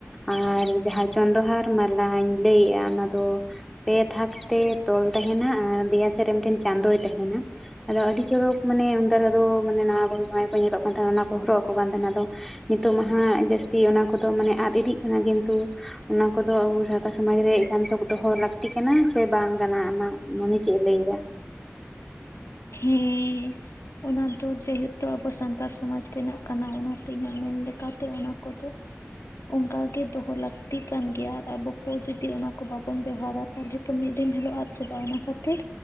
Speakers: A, in the centre; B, on the left.
A: ᱟᱨ ᱡᱟᱦᱟᱸ ᱪᱚᱱᱫᱚᱦᱟᱨ ᱢᱟᱞᱟᱧ ᱞᱟᱹᱭᱮᱜᱼᱟ ᱚᱱᱟ ᱫᱚ ᱯᱮ ᱛᱷᱟᱠ ᱛᱮ ᱛᱚᱞ ᱛᱟᱦᱮᱱᱟ ᱟᱨ ᱫᱮᱭᱟ ᱥᱮᱫ ᱨᱮ ᱢᱤᱫ ᱴᱮᱱ ᱪᱟᱸᱫᱚᱭ ᱛᱟᱦᱮᱱᱟ ᱟᱫᱚ ᱟᱹᱰᱤ ᱪᱚᱨᱚᱠ ᱢᱟᱱᱮ ᱩᱱ ᱫᱟᱨ ᱫᱚ ᱢᱟᱱᱮ ᱱᱟᱣᱟ ᱵᱟᱦᱩ ᱡᱟᱶᱟᱭ ᱠᱚ ᱧᱮᱞᱚᱜ ᱠᱟᱱ ᱛᱟᱦᱮᱱᱟ ᱚᱱᱟ ᱠᱚ ᱦᱚᱨᱚᱜ ᱟᱠᱚ ᱠᱟᱱ ᱛᱟᱦᱮᱱᱟ ᱟᱫᱚ ᱱᱤᱛᱚᱜ ᱢᱟ ᱦᱟᱸᱜ ᱡᱟᱹᱥᱛᱤ ᱚᱱᱟ ᱠᱚᱫᱚ ᱢᱟᱱᱮ ᱟᱫ ᱤᱫᱤᱜ ᱠᱟᱱᱟ ᱠᱤᱱᱛᱩ ᱚᱱᱟ ᱠᱚᱫᱚ ᱟᱵᱚ ᱥᱟᱶᱛᱟ ᱥᱚᱢᱟᱡ ᱨᱮ ᱮᱠᱟᱱᱛᱚ ᱫᱚᱦᱚ ᱞᱟᱹᱠᱛᱤ ᱠᱟᱱᱟ ᱥᱮ ᱵᱟᱝ ᱠᱟᱱᱟ ᱟᱢᱟᱜ ᱢᱚᱱᱮ ᱪᱮᱜ ᱮ ᱞᱟᱹᱭᱫᱟ?
B: ᱦᱮᱸ ᱚᱱᱟ ᱫᱚ ᱡᱮᱦᱮᱛᱩ ᱟᱵᱚ ᱥᱟᱱᱛᱟᱲ ᱥᱚᱢᱟᱡᱽ ᱨᱮᱱᱟᱜ ᱠᱟᱱᱟ ᱚᱱᱟᱛᱮ ᱤᱧᱟᱹᱜ ᱢᱮᱱ ᱞᱮᱠᱟᱛᱮ ᱚᱱᱟ ᱠᱚᱫᱚ ᱚᱝᱠᱟ ᱜᱮ ᱫᱚᱦᱚ ᱞᱟᱹᱠᱛᱤ ᱠᱟᱱ ᱜᱮᱭᱟ ᱟᱨ ᱟᱵᱚ ᱠᱚ ᱡᱩᱫᱤ ᱚᱱᱟ ᱠᱚ ᱵᱟᱵᱚᱱ ᱵᱮᱣᱦᱟᱨᱟ ᱛᱟᱞᱦᱮ ᱛᱚ ᱢᱤᱫ ᱫᱤᱱ ᱦᱤᱞᱳᱜ ᱟᱫ ᱪᱟᱵᱟᱜᱼᱟ ᱚᱱᱟ ᱠᱷᱟᱹᱛᱤᱨ